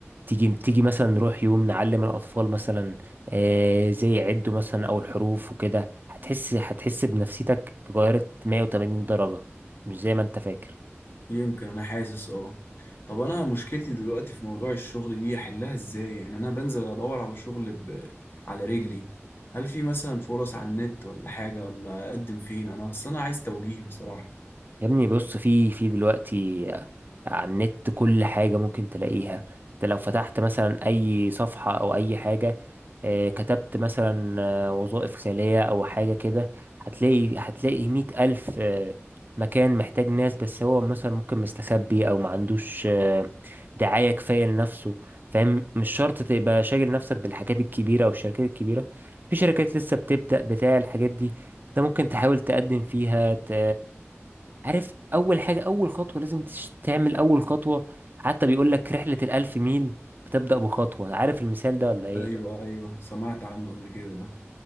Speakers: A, on the right; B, on the left.
A: تيجي تيجي مثلا نروح يوم نعلم الأطفال مثلا آه زي يعدوا مثلا أو الحروف وكده هتحس هتحس بنفسيتك اتغيرت 180 درجة مش زي ما انت فاكر
B: يمكن انا حاسس اه طب انا مشكلتي دلوقتي في موضوع الشغل دي احلها ازاي يعني انا بنزل ادور على شغل ب... على رجلي هل في مثلا فرص على النت ولا حاجة ولا اقدم فين انا اصل انا عايز توجيه بصراحة
A: يا ابني بص في في دلوقتي على النت كل حاجة ممكن تلاقيها انت لو فتحت مثلا اي صفحة او اي حاجة آه، كتبت مثلا آه، وظائف خالية او حاجة كده هتلاقي هتلاقي مية الف آه، مكان محتاج ناس بس هو مثلا ممكن مستخبي او ما عندوش آه، دعاية كفاية لنفسه فاهم مش شرط تبقى شاغل نفسك بالحاجات الكبيرة او الشركات الكبيرة في شركات لسه بتبدأ بتاع الحاجات دي انت ممكن تحاول تقدم فيها ت... عارف اول حاجه اول خطوه لازم تش- تعمل اول خطوه حتى بيقول لك رحله الالف ميل بتبدا بخطوه عارف المثال ده ولا ايه
B: ايوه ايوه سمعت عنه قبل كده ده